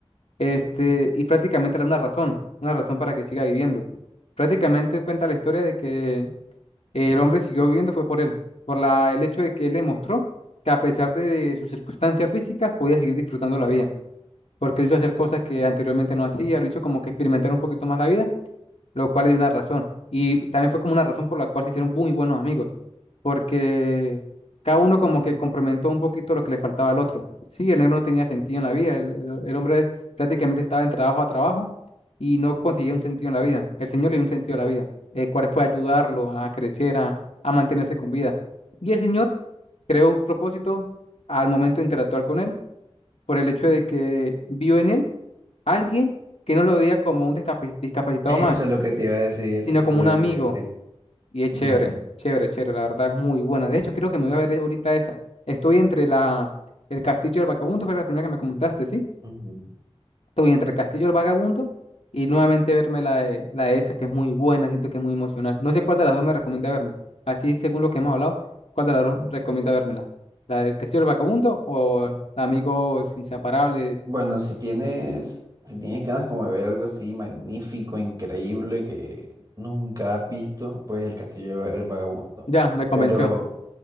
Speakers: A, on the left; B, on the right.
A: este, y prácticamente le da una razón, una razón para que siga viviendo. Prácticamente cuenta la historia de que el hombre siguió viviendo fue por él, por la, el hecho de que él le mostró que a pesar de sus circunstancias físicas podía seguir disfrutando la vida, porque él hizo hacer cosas que anteriormente no hacía, lo hizo como que experimentar un poquito más la vida lo cual le dio una razón. Y también fue como una razón por la cual se hicieron muy buenos amigos, porque cada uno como que complementó un poquito lo que le faltaba al otro. Sí, el negro no tenía sentido en la vida, el, el- el hombre prácticamente estaba en trabajo a trabajo y no conseguía un sentido en la vida. El Señor le dio un sentido a la vida, el cual fue ayudarlo a crecer, a, a mantenerse con vida. Y el Señor creó un propósito al momento de interactuar con él, por el hecho de que vio en él alguien que no lo veía como un discapi- discapacitado
B: Eso
A: más
B: es lo que te iba a decir.
A: sino
B: Eso
A: como
B: es lo
A: un amigo.
B: que te iba a decir.
A: Y es
B: Ujú.
A: chévere, chévere, chévere. La verdad es muy buena. De hecho, creo que me voy a ver ahorita esa. Estoy entre la, el Castillo del Vagabundo, fue la primera que me comentaste, ¿sí?
B: Ujú.
A: Estoy entre el Castillo del Vagabundo y nuevamente verme la de, la de esa, que es muy buena, siento que es muy emocional. No sé cuál de las dos me recomienda verme. Así, según lo que hemos hablado, ¿cuál de las dos recomienda vérmela? ¿La del Castillo del Vagabundo o la Amigos Inseparables?
B: Bueno, si tienes, si tienes ganas como de ver algo así magnífico, increíble, que nunca has visto, pues El Castillo del Vagabundo.
A: Ya, me convenció,
B: Pero,